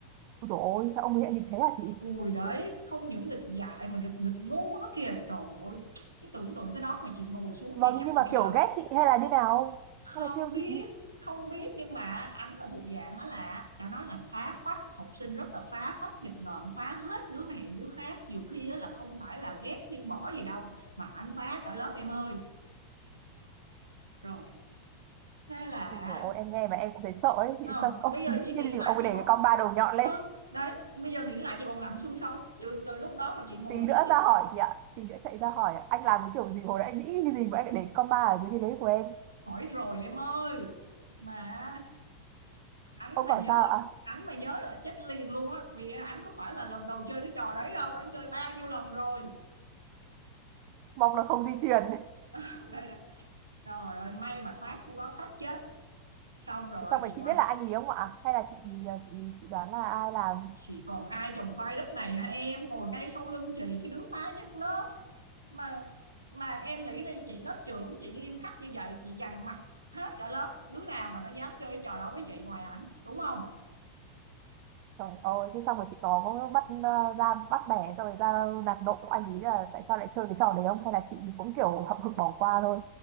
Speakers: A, on the right (about 45°); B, on the right (about 80°).
A: Ôi dồi ôi, sao ông ấy lại nghịch thế hả chị?
B: ui đấy không những nghịch dại mà nghịch nghịch ngu nó kìa trời ơi cái tưởng tượng cái đó mà chị ngồi xuống
A: Vâng,
B: thì chắc
A: nhưng
B: là
A: mà
B: bây
A: kiểu
B: giờ
A: ghét chị hay là như nào?
B: không
A: Hay là trêu
B: biết
A: chị?
B: không biết nhưng mà ảnh là thuộc dạng đó là đã nói là phá phách học sinh rất là phá phách nghịch ngợm phá hết đứa này đứa khác nhiều khi á là không phải là ghét đi bỏ gì đâu mà ảnh phá cả lớp em ơi rồi thế là
A: Ôi dồi ôi, em nghe mà em cũng thấy sợ ấy.
B: ờ,
A: Chị sao <laughs> ông
B: bây giờ
A: nghĩ
B: chị nghĩ
A: cái gì
B: lại
A: mà ông ấy
B: chị
A: để
B: còn
A: cái con ba đầu nhọn lên.
B: ờ, đấy bây giờ nghĩ lại chị còn lạnh xương sống từ, từ lúc đó mà chị ngồi
A: Tí
B: thuốc
A: nữa
B: thì
A: ra hỏi chị ạ. Tí nữa chạy ra hỏi ạ. Anh làm cái kiểu gì hồi nãy anh nghĩ cái gì mà anh lại để cái con ba ở dưới cái ghế của em.
B: hỏi rồi em ơi mà anh
A: Ông
B: mà
A: bảo
B: nhớ
A: sao ạ?
B: anh mà nhớ là chết liền luôn á vì anh có phải là lần đầu chơi cái trò đấy đâu anh chơi bao nhiêu lần rồi
A: Mong là không di truyền. <laughs>
B: <laughs> đây đây trời ơi may mà thoát cô đó thoát chết xong rồi
A: Xong rồi
B: chị
A: chị
B: quay
A: biết là anh ý không ạ? Hay là chị à, chị chị đoán là ai làm?
B: Chị còn ai trồng khoai đất này hả em ngồi ngay sau lưng chị cái đứa phá nhất lớp mà mà em nghĩ đi chị lớp trưởng chị nghiêm khắc như vậy chị dằn mặt hết cả lớp đứa nào mà nó dám chơi cái trò đó với chị ngoài ảnh đúng không
A: Trời ơi, thế xong rồi chị có bắt ờ, ra bắt bẻ xong rồi ra nạt nộ anh ý là tại sao lại chơi cái trò đấy không? Hay là chị cũng kiểu hậm hực bỏ qua thôi?